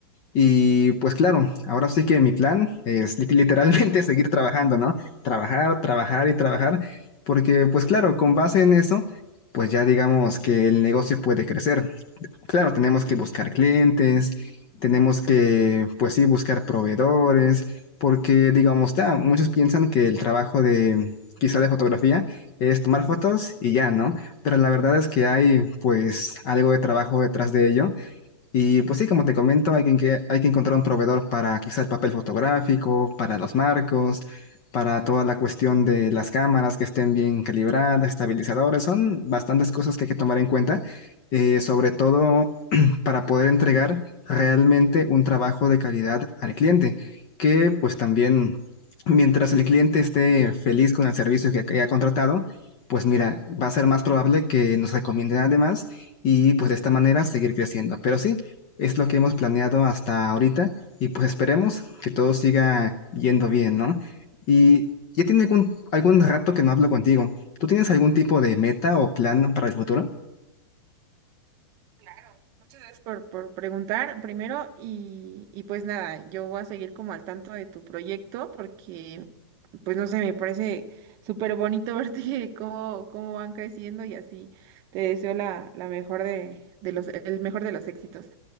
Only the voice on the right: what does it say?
Claro, muchas gracias por, por preguntar primero y, y pues nada, yo voy a seguir como al tanto de tu proyecto porque pues no sé, me parece súper bonito verte <laughs> cómo, cómo van creciendo y así te deseo la, la mejor de, de los, el mejor de los éxitos.